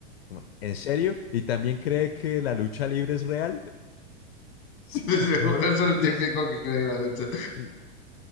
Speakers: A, on the left; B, on the left.
A: Como, ¿En serio? ¿Y también cree que la lucha libre es real? <laughs> Sí.
B: De seguro
A: Y,
B: es el
A: es-
B: típico que cree que lo has hecho.
A: y-